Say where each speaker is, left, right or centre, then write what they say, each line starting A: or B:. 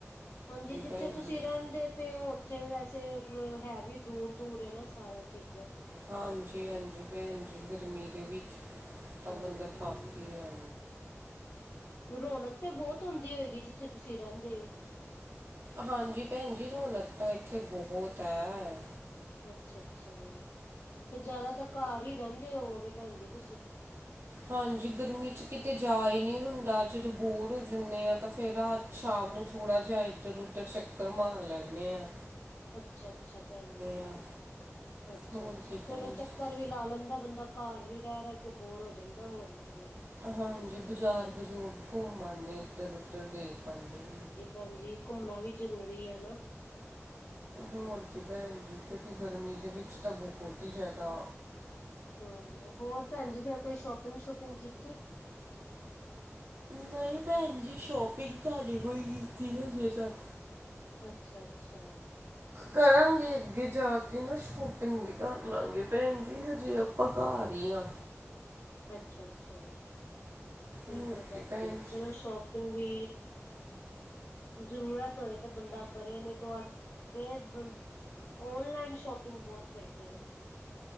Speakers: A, on the left (about 80°); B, on the right (about 55°).
A: ਹਾਂਜੀ ਜਿੱਥੇ
B: ਭੈਣ
A: ਤੁਸੀਂ
B: ਜੀ
A: ਰਹਿੰਦੇ ਪੇ ਓ ਥੇ ਵੈਸੇ ਹੈ ਵੀ ਦੂਰ ਦੂਰ ਨਾ ਸਾਰਾ ਚੀਜ਼ਾਂ
B: ਹਾਂਜੀ ਹਾਂਜੀ ਭੈਣ ਜੀ ਗਰਮੀ ਦੇ ਵਿੱਚ ਤਾਂ
A: ਹਾਂਜੀ
B: ਬੰਦਾ
A: ਹਾਂਜੀ
B: ਥਪ ਹੀ ਜਾ
A: ਰੌਨਕ ਤੇ ਬਹੁਤ ਹੁੰਂਦੀ ਹੋਏਗੀ ਜਿੱਥੇ ਤੁਸੀਂ ਰਹਿੰਦੇ ਓ
B: ਹਾਂਜੀ ਭੈਨ ਜੀ ਰੌਣਕ ਤਾਂ ਇੱਥੇ ਬਹੁਤ ਐ
A: ਅੱਛਾ ਅੱਛਾ ਤੇ ਜਿਆਦਾ ਤਾਂ ਘਰ ਈ ਰਹਿੰਦੇ ਹੋਗੇ ਭੈਣ ਜੀ ਤੁਸੀਂ
B: ਹਾਂਜੀ ਗਰਮੀ ਚ ਕਿਤੇ ਜਾ ਹੀ ਨਹੀਂ ਹੁੰਦਾ ਜਦੋਂ ਬੋਰ ਹੋ ਜਾਂਦੇ ਹਾਂ ਤਾਂ ਫਿਰ ਰਾ ਸ਼ਾਮ ਨੂੰ ਥੋੜ੍ਹਾ ਜਿਹਾ ਇੱਧਰ ਉਧਰ ਚੱਕਰ ਮਾਰ ਲੈਂਨੇ ਆਂ
A: ਅੱਛਾ ਅੱਛਾ ਭੈਣ ਜੀ
B: ਹਾਂ
A: ਅੱਛ
B: ਹੋਰ
A: ਅੱਛਾ
B: ਕੀ
A: ਚਲੋ
B: ਭੈਣ ਜੀ
A: ਚੱਕਰ ਵੀ ਲਾ ਲੈਂਦਾ ਬੰਦਾ ਘਰ ਵੀ ਰਹਿ ਰਹਿ ਕੇ ਬੋਰ ਹੋ ਜਾਂਦਾ ਹੋਰ ਕੀ ਐ
B: ਹਾਂਜੀ ਬਾਜ਼ਾਰ ਬਜ਼ੂਰ ਘੁੰਮ ਆਨਸ ਇੱਧਰ ਉਧਰ ਦੇਖ ਪਾਉਂਦੇ ਆ
A: ਹਾਂਜੀ ਘੁੰਮਣਾ ਵੀ ਜਰੂਰੀ ਐ ਨਾ
B: ਹੋਰ ਕੀ ਭੈਣ ਜੀ ਕਿਉਂਕਿ ਗਰਮੀ ਦੇ ਵਿੱਚ ਤਾਂ ਬਹੁਤ ਹੀ ਜ਼ਿਆਦਾ
A: ਹਮ ਹੋਰ ਭੈਣਜੀ ਫੇਰ ਕੋਈ ਸ਼ੋਪਿੰਗ ਸ਼ੋਪਿੰਗ ਕੀਤੀ
B: ਨਹੀਂ ਭੈਨ ਜੀ ਸ਼ੋਪਿੰਗ ਤੁਡੀੇ ਕੋਈ ਕੀਤੀ ਹਜੇ ਤੱਕ
A: ਅੱਛਾ ਅੱਛਾ
B: ਕਰਾਂਗੇ ਅੱਗੇ ਜਾ ਕੇ ਨਾ ਸ਼ੋਪਿੰਗ ਵੀ ਕਰ ਲਵਾਂਗੇ ਭੈਨ ਜੀ ਹਜੇ ਆਪਾਂ ਘਰ ਈ ਆਂ
A: ਅੱਛਾ ਅੱਛਾ ਠੀਕ
B: ਹਾਂਜੀ
A: ਹੈ ਫ
B: ਭੈਣ
A: <unintelligible>
B: ਜੀ
A: ਚਲੋ ਸ਼ੋਪਿੰਗ ਵੀ ਜ਼ਰੂਰਤ ਹੋਏ ਤੇ ਬੰਦਾ ਕਰੇ ਨਹੀਂ ਤੂੰ ਅੱਜ <unintelligible> ਓਨਲਾਈਨ ਸ਼ੋਪਿੰਗ ਬਹੁਤ ਕਰਦੇ ਨੇ